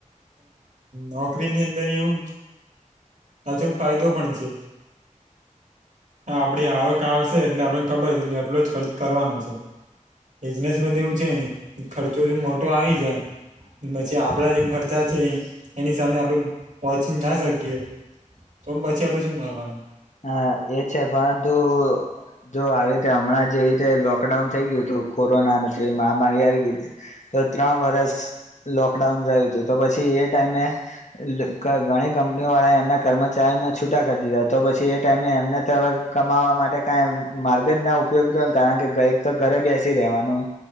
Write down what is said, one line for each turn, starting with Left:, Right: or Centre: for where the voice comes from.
Right: નોકરીની અંદર એવું પાછો ફાયદો પણ છે. આપડી આવક આવશે એટલે આપને ખબર છે કે આટલો જ ખર્ચ કરવાનો છે. બિઝનેસમાં એવું છે ને ખર્ચો મોટો આવી જાય પછી આપડા જેમ ખર્ચ છે એની સામે આપડે પહોંચી ના શકીએ તો પછી આપડે શું કરવાનું.
Left: હા એ છે પરંતુ જો આવી રીતે હમણાં જેવી રીતે લોકડાઉન થઈ ગયું હતું કોરોના અને જેવી મહામારી આવી ગ તો ત્રણ વરસ લોકડાઉન રહયું હતું તો પછી એ ટાઈમે ઘણી કંપનીઓ વાળાએ એમના કર્મચારીઓને છૂટા કરી દીધા તો પછી એ ટાઈમે એમને તો હવે કમાવા માટે કઈ માર્ગ જ ના ઉપયોગી રયો કારણ કે કંઈક તો બેસી રવાનું